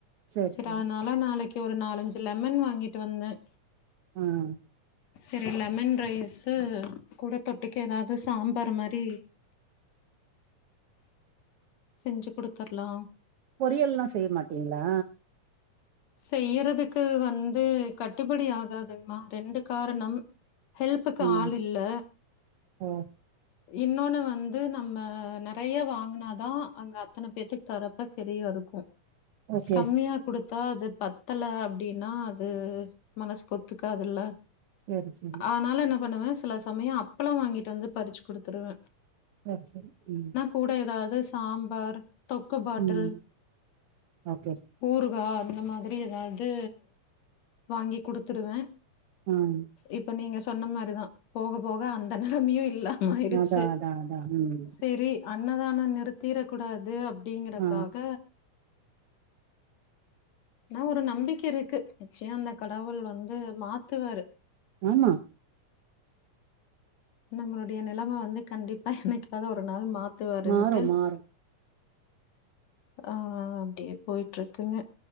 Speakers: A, on the right; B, on the left.
A: சேரி
B: சரி
A: சேரி
B: அதனா ல நாளைக்கி ஒரு நாலஞ்சி லெமன் வாங்கிட்டு வந்த
A: ம்
B: சரி லெமன் ரைஸ் கு கூட தொட்டுக்க எதாது சாம்பார் மாரி செஞ்சு குடுத்துர்லா
A: பொரியல்லா செய்ய மாட்டீங்ளா
B: செய்யிறதுக்கு வந்து கட்டுபடி ஆகாதுங்மா ரெண்டு காரணம் ஹெல்ப்புக்கு
A: ம்
B: ஆள் இல்ல
A: ஓ
B: இன்னொன்னு வந்து நம்ம நெறைய வாங்குனாதா அங்க அத்தன பேத்துக்கு தரப்ப சரியா இருக்கு
A: ஓகே
B: கம்மியா தா அது பத்தல அப்டின்னா அது மனசுக்கு ஒத்துக்காதுல்ல
A: சேரி சேரி
B: ஆனால என்ன பண்ணுவ சில சமயோ அப்பளோ வாங்கிட்டு வந்து பறிச்சி குடுத்துருவ
A: அப் சரி ம்
B: கூட ஏதாவ்து சாம்பார் தொக்கு பாட்டுல்
A: ம் ஓகே
B: ஊறுகா இந்ந மாதிரி எதாவ்து வாங்கி குடுத்துடுவே
A: ம்
B: இப்ப நீங்க சொன்ன மாரிதா போக போக அந்த நெலமையு இல்லா ஆய்ருச்சு
A: அதா அதா அதா ம்
B: செரி அன்னதானோ நிறுத்திர கூடாது அப்டிங்கறக்காக
A: ஆ
B: னா ஒரு நம்பிக்க இருக்கு நிச்சயு அந்த கடவுள் வந்து மாத்துவாரு
A: ஆமா
B: நம்மளுடைய நெலம வந்து கண்டிப்பா என்னைக்காது ஒரு நாள் மாத் துவாருன்ட்டு
A: மாறு மாறு
B: ஆ அப்டியே போய்ட்ருக்குங்க